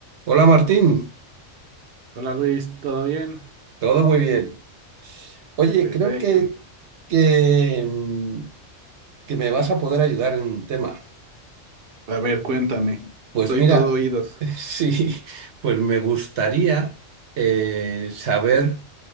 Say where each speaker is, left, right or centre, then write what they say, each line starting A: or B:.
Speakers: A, on the right; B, on the right.
A: Hola Martín,
B: Hola Luis, ¿todo bien?
A: todo muy bien. Oye,
B: Perfecto.
A: creo que, que, mm, que me vas a poder ayudar en un tema.
B: A ver, cuéntame.
A: Pues
B: Soy
A: mira,
B: todo oídos.
A: <laughs> sí, pues me gustaría eh, saber